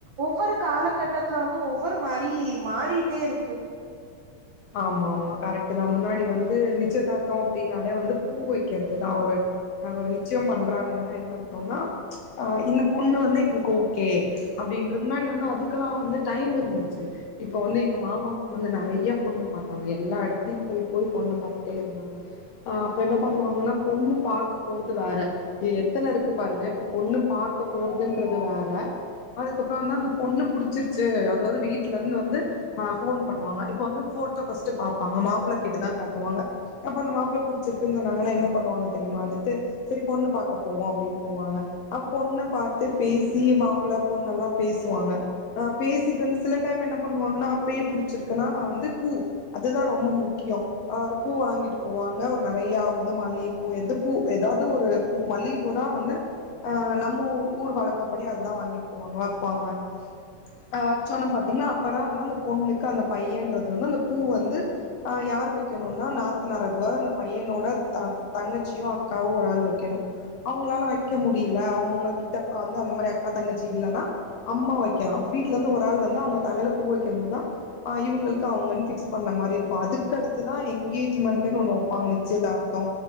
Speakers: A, on the right; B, on the left.
A: ஒவ்வொரு காலகட்டத்துல வந்து ஒவ்வொரு மாரி மாறிட்டே இருக்கு
B: ஆமாமா கரெக்ட் தா முன்னாடி வந்து நிச்சியதார்த்தோ அப்படினாலே வந்து பூ வைக்கறது தா ஒரு அ ஒரு நிச்சயோ பண்றாங்கன்னா என்ன அர்த்தோனா ஆ இந்த பொண்ணு வந்து எங்களுக்கு ஓகே அப்டின்ற முன்னாடி வந்து அதுக்கெல்லா வந்து டையமிருந்துச்சு இப்ப வந்து எங்க மாமாவுக்கு வந்து நறைய பொண்ணு பாத்தாங்க எல்லா எடத்துலையு போய் போய் பொண்ணு பாத்துட்டே இருந்தாங்க ஆ அப்ப என்ன பண்ணுவாங்கனா பொண்ணு பாக்க போறது வேற எ எத்தன இருக்கு பாருங் இப்ப பொண்ணு பாக்க போறதுன்றது வேற அதுக்கப்றோ வந்து அந்த பொண்ண புடிச்சிர்ச்சு அதாவ்து வீட்ல இருந்து வந்து ஆ ஃபோன் பண்ணுவாங்க இப்ப வந்து ஃபோட்டோ ஃபஸ்ட்டு பாப்பாங்க மாப்ள கிட்டதா காட்டுவாங்க அப்ப அந்த மாப்ள புடிச்சிருக்குன் சொன்னாங்கனா என்ன பண்ணுவாங்க தெரிமா அடுத்து செரி பொண்ணு பாக்க போவோ அப்டின் போவாங்க அவ பொண்ண பாத்து பேசி மாப்புள பொண்ணல்லா பேசுவாங்க ஆ பேசிட்டு வந்து சில டைம் என்ன பண்ணுவாங்கனா அப்பயே புடிச்சிருக்குனா வந்து பூ அதுதா ரொம்ம முக்கியோ ஆ ஒரு பூ வாங்கிட்டு போவாங்க ஒரு நறைய அப்பந்தா மல்லியப்பூ எந்த பூ எதாது ஒரு பூ மல்லிகபூதா வந்து ஆ நம்ம ஊர் வழக்கப்படி அதுதா வாங்கிட்டு போவாங்க வப்பாங்க அ வச்சோன்ன பாத்தீங்னா அப்பதா வந்து அந்த பொண்ணுக்கு அந்த பையன்றது வந்து அந்த பூ வந்து ஆ யார் வைக்கணுனா நாத்துனாரதுவா அந்த பையனோட தா தங்கச்சியோ அக்காவோ ஒரு ஆள் வைக்கணு அவங்குளால வைக்க முடில அவுங்ககிட்ட பா வந்து அந்த மாதிரி அக்கா தங்கச்சி இல்லனா அம்மா வைக்கலா அப்ப வீட்ல இருந்து ஒரு ஆள் வந்து அவ்ங்க தலைல பூ வைக்கு போதா ஆ இவுங்கள் க்கு அவ்ங்கன் ஃபிக்ஸ் பண்ண மாரி இருக்கு அதுக்கடுத்துதா என்கேஜ்மண்ட்டுன் ஒன்னு வப்பாங்க நிச்சயதார்த்தோ